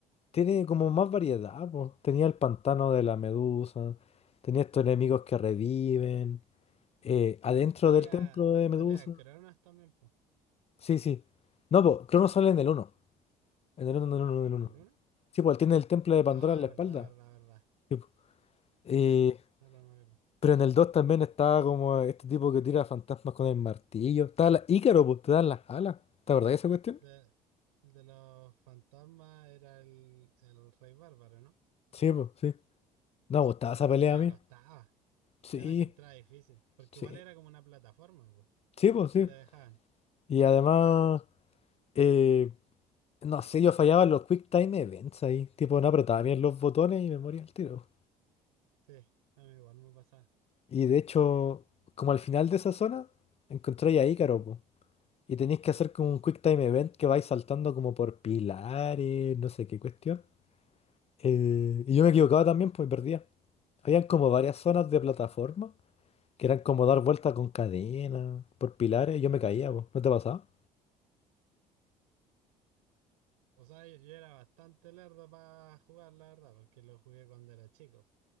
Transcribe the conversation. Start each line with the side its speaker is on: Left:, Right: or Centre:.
Left: Tiene como más variedad, po. Tenía el pantano de la medusa, tenía estos enemigos que reviven, eh, adentro
Right: Salía,
Left: del templo de Medusa.
Right: salía Cronos también, pues.
Left: Sí, sí. No, pues, Crono sale en el uno, En el uno, en el uno, en el
Right: ¿En
Left: uno,
Right: el uno?
Left: Sí, pues él tiene el templo de Pandora
Right: Ah,
Left: en la espalda.
Right: verdad, verdad, verdad.
Left: Sí, po. Eh,
Right: Sí, ahora me acuerdo.
Left: pero en el 2 también está como este tipo que tira fantasmas con el martillo. Está la Ícaro, pues, te dan las alas. ¿Te acordás de esa cuestión?
Right: De, de los fantasmas era el, el rey bárbaro, ¿no?
Left: Sí, pues, sí. No, me gustaba esa
Right: A
Left: pelea
Right: mí me
Left: a mí.
Right: costaba.
Left: Sí,
Right: Yo la encontraba difícil. Porque
Left: sí,
Right: igual era como una plataforma, pues,
Left: sí, pues
Right: que
Left: sí.
Right: te dejaban.
Left: Y además, eh, no sé, yo fallaba en los Quick Time Events ahí. Tipo, no apretaba bien los botones y me moría al tiro.
Right: Sí, a mí igual me pasaba.
Left: Y de hecho, como al final de esa zona, encontré a Ícaro, po. Y tenéis que hacer como un Quick Time Event que vais saltando como por pilares, no sé qué cuestión. Eh, y yo me equivocaba también, pues perdía. Habían como varias zonas de plataforma que eran como dar vueltas con cadena, por pilares, y yo me caía, pues. ¿No te pasaba?
Right: O sea, yo, yo era bastante lerdo para jugar, la verdad, porque lo jugué cuando era chico.